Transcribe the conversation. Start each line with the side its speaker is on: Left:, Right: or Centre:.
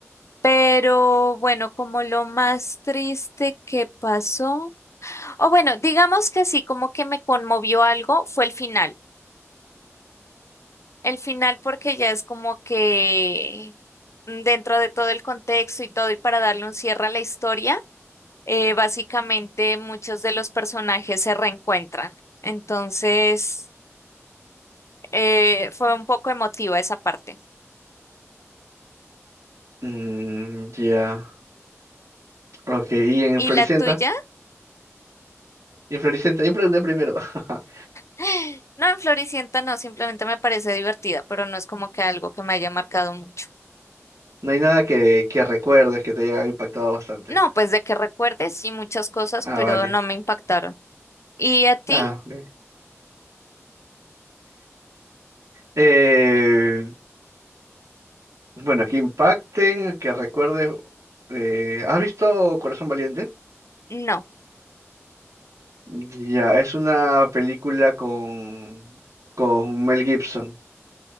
Left: Pero bueno, como lo más triste que pasó, o bueno, digamos que sí, como que me conmovió algo, fue el final. El final porque ya es como que mm, dentro de todo el contexto y todo, y para darle un cierre a la historia, eh, básicamente muchos de los personajes se reencuentran. Entonces, eh, fue un poco emotiva esa parte.
Right: Mm, ya. Ok, y en
Left: ¿Y
Right: Floricienta,
Left: la tuya?
Right: y en Floricienta, yo pregunté primero. <laughs>
Left: <gasps> No, en Floricienta no, simplemente me parece divertida, pero no es como que algo que me haya marcado mucho.
Right: No hay nada que, que recuerdes que te haya impactado bastante.
Left: No, pues de que recuerdes, sí, muchas cosas,
Right: Ah,
Left: pero
Right: vale.
Left: no me impactaron. ¿Y a ti?
Right: Ah, ok. Eh, bueno, que impacten, que recuerdes. eh, ¿has visto Corazón Valiente?
Left: No,
Right: Ya, es una película con, con Mel Gibson.